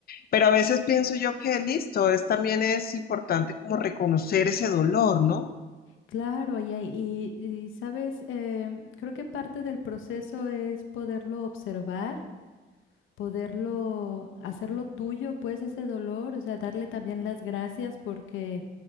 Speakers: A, on the left (about 50°); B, on the left (about 80°).
A: pero a veces pienso yo que listo, es, también es importante como reconocer ese dolor, ¿no?
B: Claro, y, ahí- y- y, sabes, Em, creo que parte del proceso es poderlo observar, poderlo hacerlo tuyo, pues ese dolor, o sea, darle también las gracias porque